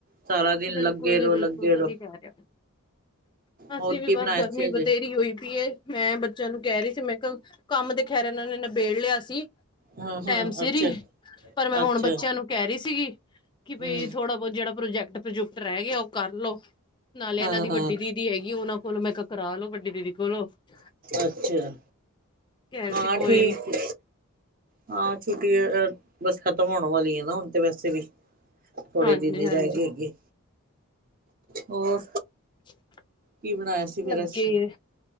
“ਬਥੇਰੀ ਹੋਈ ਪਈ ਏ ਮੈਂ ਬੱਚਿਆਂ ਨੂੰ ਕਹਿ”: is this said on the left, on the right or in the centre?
Left